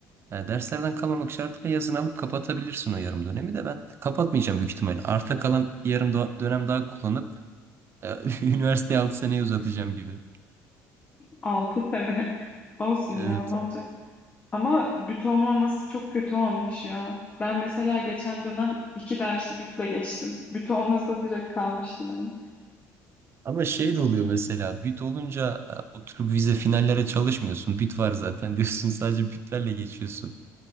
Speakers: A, on the right (about 40°); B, on the left (about 25°).
A: E, derslerden kalmamak şartıyla yazın alıp kapatabilirsin o yarım dönemi de ben kapatmayacağım büyük ihtimal. Arta kalan bir yarım do- dönem daha kullanıp e, <laughs> üniversiteyi 6 seneye uzatacağım gibi.
B: Altı sene. <laughs> Olsun
A: Evet.
B: ya ne olacak? Ama büt olmaması çok kötü olmuş ya. Ben mesela geçen dönem iki dersi bütle geçtim. Büt olmasa direkt kalmıştım hani.
A: Ama şey de oluyor mesela bit olunca e, oturup vize finallere çalışmıyorsun. Bit var zaten diyorsun <laughs> sadece bitlerle geçiyorsun.